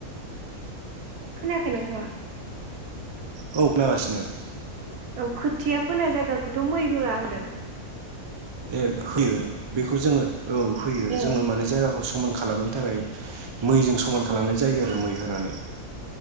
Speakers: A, on the right; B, on the right.
A: खोनायाखै नोंथाङा
B: औ खोनागासिनो
A: औ खोथिया फोनाय जायगाखौथ' मै होआ होनदों।
B: ए होयो बेखौ जोङो औ होयो
A: ए
B: जोङो माने जायगाखौ समान खालामनो थाखाय मैजों समान खालामनाय जायो आरो मै होनानै